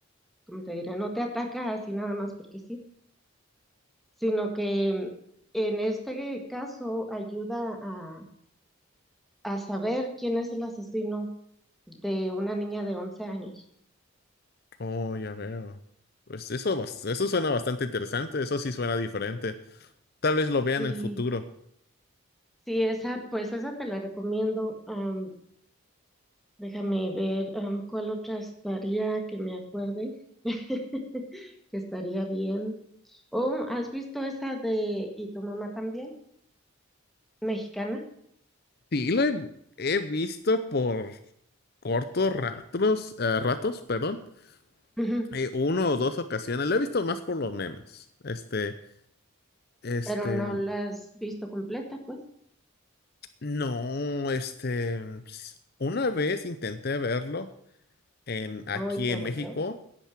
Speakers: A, in the centre; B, on the left.
A: ¿cómo te diré? No te ataca así nada más porque sí. sino que en este caso ayuda a, a saber quién es el asesino de una niña de 11 años.
B: Oh, ya veo. Pues eso, bas- eso suena bastante interesante. Eso sí suena diferente. Tal vez lo vea
A: Sí,
B: en el futuro.
A: sí, esa, pues esa te la recomiendo. Am, déjame ver, am, cuál otra estaría que me acuerde, <laughs> que estaría bien. Oh, ¿has visto esa de Y tu mamá también? Mexicana.
B: Sí, lo he, he visto por cortos ratos, eh, ratos, perdón.
A: Ujú.
B: eh, uno o dos ocasiones. Lo he visto más por los memes. Este, este,
A: Pero no la has visto completa, pues.
B: no, este, s- una vez intenté verlo en aquí
A: Hoy te
B: en
A: aburrió.
B: México.